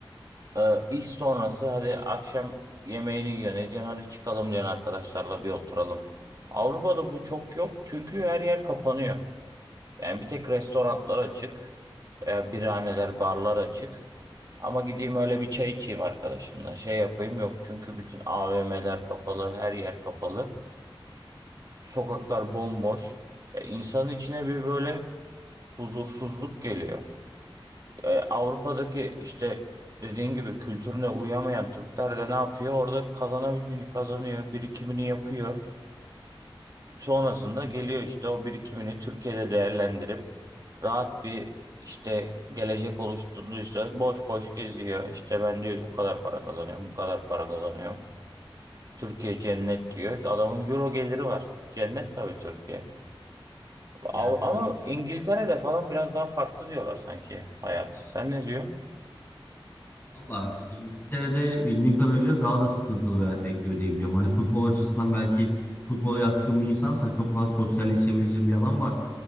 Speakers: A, on the right (about 45°); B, on the left (about 25°).
A: Ee, iş sonrası hadi akşam yemeğini yiyorsun ediyorsun hadi çıkalım diyorsun arkadaşlarla bir oturalım. Avrupa'da bu çok yok çünkü her yer kapanıyor. Yani bir tek restoranlar açık, e, birahaneler, barlar açık. Ama gideyim öyle bir çay içeyim arkadaşımla. Şey yapayım yok çünkü bütün AVM'ler kapalı, her yer kapalı. Sokaklar bomboş. Ya insanın içine bir böyle huzursuzluk geliyor. e, Avrupa'daki işte dediğin gibi kültürüne uyamayan Türkler de ne yapıyor? Orada kazanabildiğini kazanıyor, birikimini yapıyor. Sonrasında geliyor işte o birikimini Türkiye'de değerlendirip rahat bir işte gelecek oluşturduysa boş boş geziyor. İşte ben diyor o kadar para kazanıyorum, bu kadar para kazanıyorum. Türkiye cennet diyor. Adamın euro geliri var. Cennet tabii Türkiye. Av-
B: Yani tabii
A: Ama
B: ki
A: İngiltere'de falan biraz daha farklı diyorlar sanki hayat. Sen ne diyorsun?
B: valla İngiltere'de bildiğim kadarıyla daha da sıkıntılı bir hayat bekliyor diye biliyorum. Hani futbol açısından belki futbola yatkın bir insansan çok fazla sosyalleşebileceğin bir alan var.